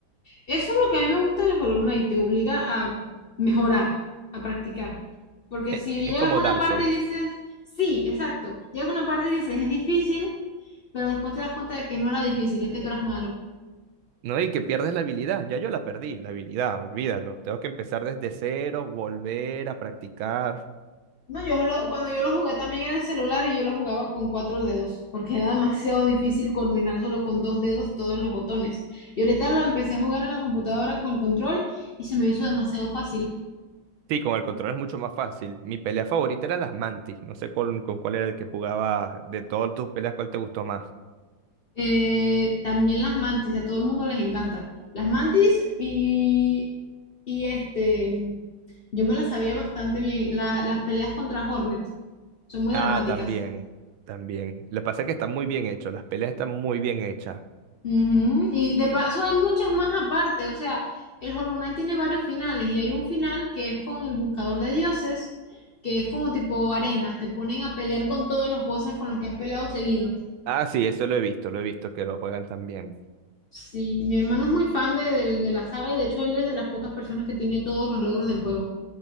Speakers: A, on the left; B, on the right.
A: Eso es lo que a mí me gusta de las columnas y te obliga a mejorar, a practicar. Porque
B: e-
A: si
B: es
A: llegas
B: como
A: a
B: Dark
A: una parte
B: Souls,
A: y dices, sí, exacto, llegas a una parte y dices, es difícil, pero después te das cuenta de que no era difícil, es que tú eras malo.
B: ¿no? Y que pierdes la habilidad. Ya yo la perdí, la habilidad, olvídalo. Tengo que empezar desde cero, volver a practicar.
A: No, yo lo- cuando yo lo jugué también era el celular y yo lo jugaba con cuatro dedos, porque era demasiado difícil coordinar solo con dos dedos todos los botones. Y ahorita lo empecé a jugar en la computadora con el control y se me hizo demasiado fácil.
B: Sí, con el control es mucho más fácil. Mi pelea favorita era las mantis. No sé con con cuál era el que jugaba de todas tus peleas, cuál te gustó más.
A: Eh, también las mantis, a todo el mundo les encanta. Las mantis y, y este, yo me las sabía bastante bien. La- las peleas contra Hornet son muy
B: Ah,
A: dramáticas.
B: también, también. Lo que pasa es que están muy bien hechos, las peleas están muy bien hechas.
A: Ujú, Y de paso hay muchas más aparte, o sea, el Hollow Knight tiene varios finales y hay un final que es con el Buscador de Dioses, que es como tipo arena, te ponen a pelear con todos los bosses con los que has peleado seguido.
B: Ah, sí, eso lo he visto, lo he visto que lo juegan también.
A: Sí, mi hermano es muy fan de, del- de la saga y de hecho él es de las pocas personas que tiene todos los logros del juego.